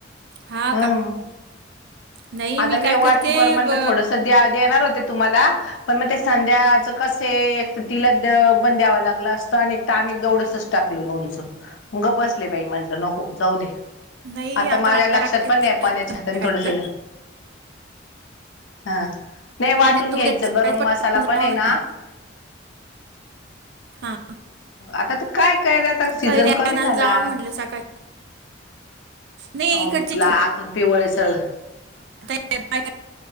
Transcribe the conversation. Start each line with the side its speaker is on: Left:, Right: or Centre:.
Right: हां
Left: हम
Right: का नाही
Left: आता मी
Right: काय करते
Left: वाटी भर म्हणलं
Right: ब
Left: थोडस द्या देणार होते तुम्हाला पण मग ते संध्याचं कसे एक तर तिला पण द्यावं लागलं असतं आणि आम्ही दवढंसच टाकलो लोणचं मग गप बसले बाई म्हंटलं नको जाऊ दे
Right: नाही
Left: आता माझ्या
Right: मला
Left: लक्षात
Right: टाकायचं
Left: पण नाही येताना
Right: आहे संध्याकाळी
Left: हात थोडस हा नाही वाटून
Right: तर
Left: घ्यायची
Right: उद्या सकाळी
Left: गरम
Right: पटकन
Left: मसाला
Right: जाऊ
Left: पण आहे
Right: म्हणलं
Left: ना
Right: हां
Left: आता तर काय काय रेता सीझन
Right: कैऱ्या
Left: कमी
Right: आणायला
Left: झाला
Right: जावा म्हटलं सकाळी नाही
Left: आपल
Right: इकडचे
Left: आतून पिवळसर
Right: आय